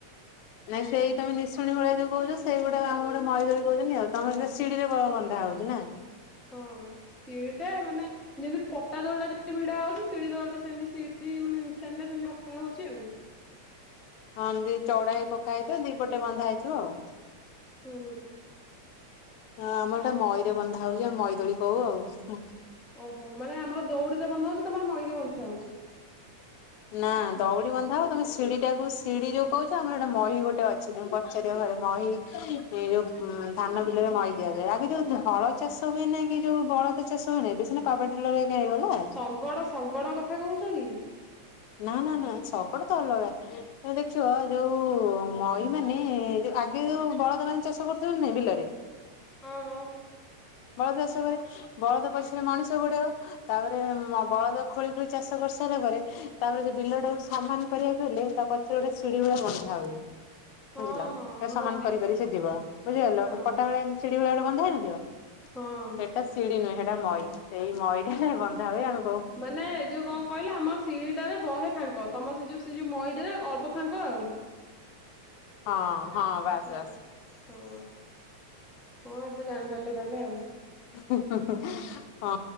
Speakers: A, on the left (about 80°); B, in the centre.
A: ନାଇଁ ସେଇ ତମେ ନିଶୁଣି ଭଳିଆ ଯୋଉ କହୁଛ ସେଇ ଗୋଟେ ଆମ ଗୋଟେ ମିଇ ଦୋଳି କହୁଛନ୍ତି ଆଉ ତମ ସେଟା ସିଡିରେ ବ ବନ୍ଧା ହଉଛି ନା?
B: ହଁ ଶିଡି ଟା ମାନେ ଯେମିତି ପଟା ଦୋଳଟା ଯେମିତି ଭିଡା ହଉଛି ସିଢି ଦଳଟା ସେମିତିି ସିଡି ମାନେ ନିସାଣିଟା ସେମିତି ଅକା ହଉଛି ଆଉ।
A: ହଁ ଏମତି ଚଉଡା ହେଇ ପକା ହେଇଥାଏ ଦି ପଟେ ବନ୍ଧା ହେଇଥିବ ଆଉ।
B: ହୁଁ।
A: ହଁ ଆମର ଏଟା ମଇରେ ବନ୍ଧା ହଉଛି ଆମେ ମଇଦୋଳି କହୁ ଆଉ।
B: ଓହୋ ମାନେ ଆମର ଦୌଡିରେ ବନ୍ଧ ହଉଛି ତମର ମଇ ରେ ବନ୍ଧ ହଉଛି?
A: ନା ଦଉଡ଼ି ବନ୍ଧା ହବ ତମେ ସିଢୀ ଟା କୁ ସିଡି ଯୋ କହୁଛ ଆମର ହେଟା ମଇ ଗୋଟେ ମହି ଗୋଟେ ଅଛି ତମେ ପଚାରିବା ଘରେ ମହି ଏ ଯୋଉ ଧାନ ବିଲରେ ମଇ ଦିଆଯାଏ ଆଜିକାଲି ହଳ ଚାଷ ହୁଏ ନାଇଁ କି ଯୋଉ ବଳ ଚାଷ ହୁଏନି ଏବେ ସିନା ପାୱାର ଡିଲର୍ ହେରିକା ହେଇଗଲା
B: ଶଗଡ଼ -ଶଗଡ଼ କଥା କହୁଚ କି?
A: ନା -ନା- ନା ଶଗଡ଼ ତ ଅଲଗା। ତମେ ଦେଖିବ ଯଉ ମଈ ମାନେ ଯଉ ଆଗେ ଯଉ ବଳଦ ମାନେ ଚାଷ କରୁଥିଲେ ନା ନାଇ ବିଲରେ
B: ହଁ-ହଁ।
A: ବଳଦ ଚାଷ କରେ ବଳଦ ପଛରେ ମଣିଷ ଗୋଡେଇବ ତାପରେ ଉଁ- ବଳଦ ଖୋଳି ଖୋଳି ଚାଷ କରିସାରିଲା ପରେ ତାପରେ ସେ ବିଲଟାକୁ ସମାନ୍ କରିବାକୁ ହେଲେ ତା ପଛରେ ଗୋଟେ ସିଡି ଭଳିଆ ବନ୍ଧା ହୁଏ।
B: ହଁ
A: ବୁଝିଲ
B: ହଁ
A: ସେ
B: ହଁ
A: ସମାନ୍
B: ମୁଁ ଦେଖିଥିଲି
A: କରିି କରି ସେ ଯିବ ବୁଝିପାରିଲ
B: ହଁ
A: ତାକୁ କଟାବଳେ ଲି ସିଡି ଭଳିଆ ଗୋଟେ ବନ୍ଧା ହେଇନଥିବ ହେ
B: ହଁ।
A: ହେଟା ଶିଡି ନୁହେଁ ହେଟା ମଇ ସେଇ ମଇ ଟାରେ ବନ୍ଧା ହୁଏ ଆଉ।
B: ମାନେ ଯଉ କଣ୍ କହିଲ ଆମ ସିଡି ଟାରେ ବହେ ଫାଙ୍କ ତମ ସେ ଯଉ ସେ ଯଉ ମଇ ଟାରେ ଅଳ୍ପ ଫାଙ୍କ ଆଉ।
A: ହଁ -ହଁ ବାସ୍
B: ହୁଁ।
A: ବାସ୍।
B: ହଁ- ହଁ ଏବେ ଜାଣିପାରିଲି ତାହେଲେ ଆଉ।
A: ହୁଁ- ହୁଁ- ହୁଁ- ହଁ